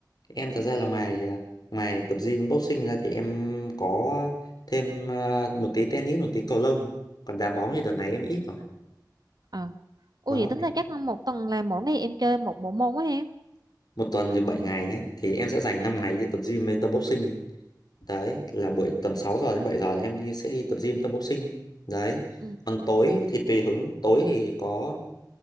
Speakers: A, on the left; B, on the right.
A: Em thật ra là ngoài à, ngoài tập gym với boxing ra thì em có thêm ờ, một tí tennis, một tí cầu lông. Còn đá bóng thì đợt này em ít rồi.
B: ờ ủa
A: Đó,
B: vậy tính ra chắc một tuần là mỗi ngày em chơi một bộ môn quá ha
A: một tuần thì 7 ngày nhé. Thì em sẽ dành 5 ngày đi tập gym với tập boxing. Đấy, là buổi tầm 6 giờ đến 7 giờ thì em đi sẽ đi tập gym tập boxing. Đấy.
B: Ừ.
A: Còn tối thì tùy hứng, tối thì có